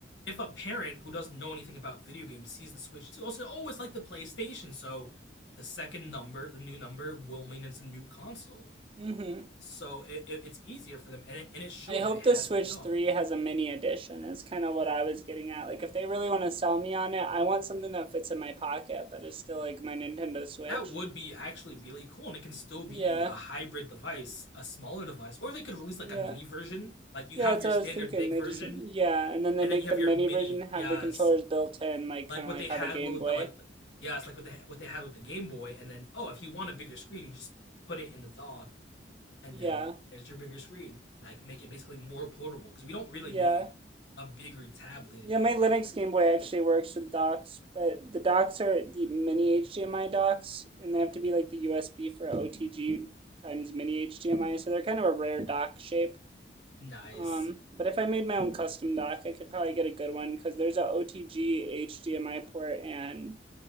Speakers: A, on the left; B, on the right.
A: if a parent who doesn't know anything about video games sees the Switch too, also oh, it's like the PlayStation, so the second number, the new number, will mean it's a new console.
B: Mhm.
A: So it, it- it's easier for them, and it, and it showed
B: I hope
A: that it has
B: the Switch
A: paid off.
B: 3 has a mini edition. Is kind of what I was getting at. Like if they really want to sell me on it, I want something that fits in my pocket but is still like my Nintendo Switch.
A: That would be actually really cool, and it can still be
B: Yeah.
A: a hybrid device, a smaller device, or they could release like
B: Yeah.
A: a mini version. Like you
B: Yeah,
A: have
B: that's
A: your
B: what
A: standard
B: I was thinking.
A: big
B: They
A: version,
B: just yeah, and then they
A: and
B: make
A: then you have
B: the mini
A: your mini.
B: version have
A: Yes,
B: the controllers built in like
A: like
B: kind
A: what
B: of like
A: they had
B: how the Game
A: with
B: Boy.
A: the like the, yeah, it's like what they what they had with the Game Boy, and then oh, if you want a bigger screen, you just put it in the dock, and
B: Yeah.
A: then there's your bigger screen. Like make it basically more portable because we don't really
B: Yeah.
A: need a bigger tablet.
B: Yeah, my Linux Game Boy actually works with docks, but the docks are the mini HDMI docks, and they have to be like the USB for OTG times mini HDMI, so they're kind of a rare dock shape.
A: <laughs> nice,
B: Um, but if I made my own custom dock, I could probably get a good one because there's a OTG HDMI port and